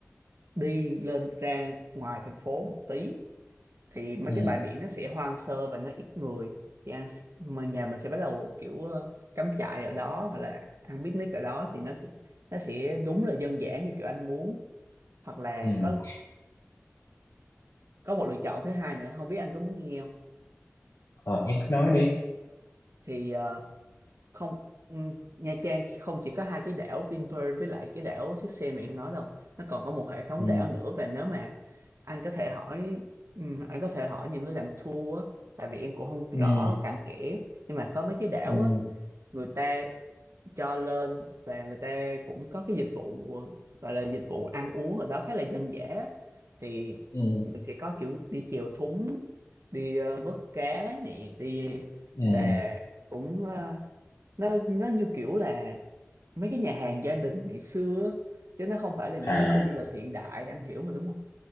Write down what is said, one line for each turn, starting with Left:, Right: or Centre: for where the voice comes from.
Right: đi lên ra ngoài thành phố một tí thì mấy
Left: ừ
Right: cái bãi biển nó sẽ hoang sơ và nó ít người thì anh s- mà nhà mình sẽ bắt đầu kiểu ờ, cắm trại ở đó hoặc là ăn picnic ở đó thì nó sẽ nó sẽ đúng là dân dã như kiểu anh muốn hoặc là
Left: ừ
Right: có có một lựa chọn thứ hai nữa không biết anh có muốn nghe không
Left: ờ, em cứ nói đi
Right: thì ờ, không ừm, Nha Trang không chỉ có hai cái đảo Vinpearl với lại cái đảo Siếc Xe mà em nói đâu nó còn có một hệ thống
Left: ừ
Right: đảo nữa và nếu mà anh có thể hỏi ừm, anh có thể hỏi những người làm tour á tại vì em cũng không
Left: ừ
Right: rõ cặn kẽ nhưng mà có mấy cái đảo
Left: ừ
Right: á người ta cho lên và người ta cũng có cái dịch vụ gọi là dịch vụ ăn uống ở đó khá là dân dã á. thì
Left: ừ
Right: mình sẽ có kiểu đi chèo thúng đi ờ, vớt cá nè đi
Left: ừ
Right: và cũng ờ, nó nó như kiểu là mấy cái nhà hàng gia đình ngày xưa á, chứ nó không phải là những
Left: à
Right: cái khu du lịch hiện đại anh hiểu mà đúng không